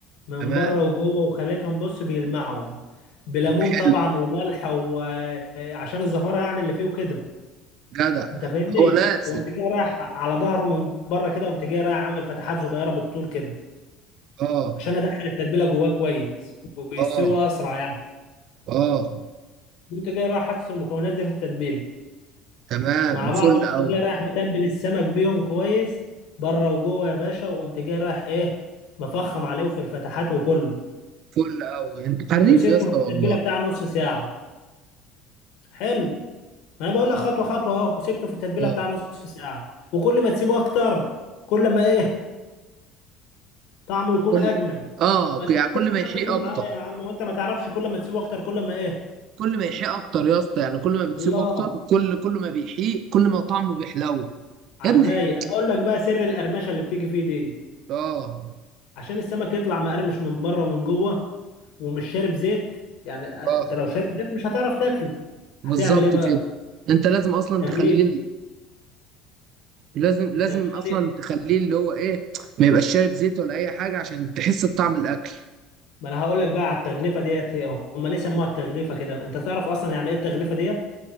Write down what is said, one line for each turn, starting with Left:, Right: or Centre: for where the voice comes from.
Left: من
Right: تمام
Left: بره وجوه وخليتهم بص بيلمعهم بليمون
Right: حلو
Left: طبعا وملح وعشان الزفاره يعني اللي فيه وكده
Right: جدع
Left: انت فاهمني
Right: هو لازم
Left: وقمت جاي رايح على ظهره من بره كده قمت جاي رايح عامل فتحات صغيره بالطول كده
Right: اه
Left: عشان ادخل التتبيله جواه كويس ويستوي
Right: اه
Left: اسرع يعني
Right: اه
Left: قمت جاي رايح حاطط المكونات دي في التتبيله
Right: تمام
Left: مع بعض
Right: فل
Left: قمت
Right: او
Left: جاي رايح متبل السمك بيهم كويس بره وجوه يا باشا وقمت جاي رايح ايه مفخم عليه في الفتحات وكله
Right: فل او انت حريف
Left: وسبته
Right: يا اسطى
Left: في التتبيله
Right: والله
Left: بتاع نص ساعه حلو ما انا بقول لك خطوه خطوه اهو وسبته في التتبيله
Right: اه
Left: بتاع نص ساعه وكل ما تسيبه اكتر كل ما ايه طعمه يكون
Right: كل
Left: اجمل
Right: اه
Left: ما تقول
Right: يعني
Left: لي
Right: كل ما يحيق
Left: يا عم
Right: اكتر
Left: معايا يا عم وانت ما تعرفش كل ما تسيبه اكتر كل ما ايه
Right: كل ما يحيق اكتر يا اسطى يعني كل ما بتسيب
Left: الله
Right: اكتر كل كل ما بيحيق كل ما طعمه بيحلو
Left: على
Right: يا ابني
Left: الرايق اقول لك بقى سر القرمشه اللي بتيجي فيه دي
Right: اه
Left: عشان السمك يطلع مقرمش من بره ومن جوه ومش شارب زيت يعني انت
Right: اه
Left: لو شارب زيت مش هتعرف تاكله
Right: بالظبط
Left: هتعمل ايه بقى
Right: كده انت لازم اصلا
Left: تغليفه
Right: تخليه لازم لازم
Left: التغليفه
Right: اصلا
Left: دي
Right: تخليه اللي هو ايه ما يبقاش شارب زيت ولا اي حاجه عشان تحس بطعم الاكل
Left: ما انا هقول لك بقى على التغليفه ديت هي- هم ليه سموها التغليفه كده انت تعرف اصلا يعني ايه التغليفه ديت